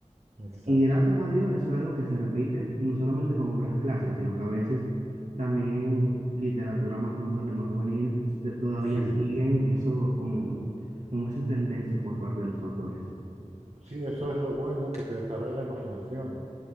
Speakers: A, on the right (about 55°); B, on the right (about 75°).
A: exacto.
B: Y gracias a Dios, eso es algo que se repite no solamente con obras clásicas, sino que a veces también literatura más moderna y más juvenil se- todavía
A: Sí,
B: siguen eso como, como esa tendencia por parte de los autores.
A: Sí, eso es lo bueno, que te desarrolla la imaginación.